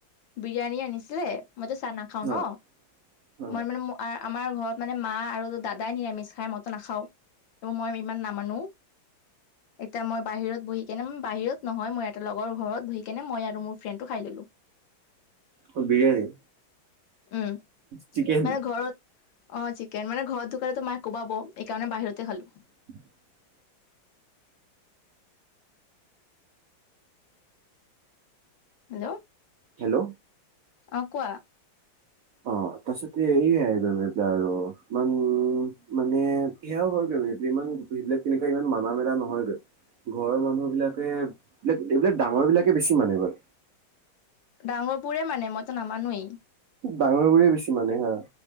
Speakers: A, on the left; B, on the right.
A: বিৰিয়ানী আনিছিলে মইতো চাহ নাখাও
B: হা,
A: ন,
B: হা।
A: মই মানে আৰু আমাৰ ঘৰত মানে মা আৰু দাদাই নিৰামিষ খাই মইতো নাখাও। মই ইমান নামানো, এতিয়া মই বাহিৰত বহি কেনে বাহিৰত নহয় মোৰ এটা লগৰ ঘৰত বহি কেনে মই আৰু মোৰ ফ্ৰেণ্ডটো খাই ললো।
B: অ বিৰিয়ানী।
A: উম
B: চিকেন।
A: মানে ঘৰত অ চিকেন মানে ঘৰত ঢুকালেত মায়ে কোবাব এইকাৰণে বাহিৰতে খালো
B: <inaudible>
A: হেল্ল'
B: হেল্ল'
A: অ কোৱা?
B: অ। পাছতে এইয়াই <unintelligible> ইমান মানে সেয়াও হয় যিমান সেইবিলাক তেনেকা ইমান মানা মেলা নহয় গৈ। ঘৰৰ মানুহ বিলাকে এইবিলাক এইবিলাক ডাঙৰ বিলাকে বেছি মানে বাৰ।
A: ডাঙৰবোৰে মানে মইতো নামানোৱেই।
B: ডাঙৰ বোৰে বেছি মানে হা।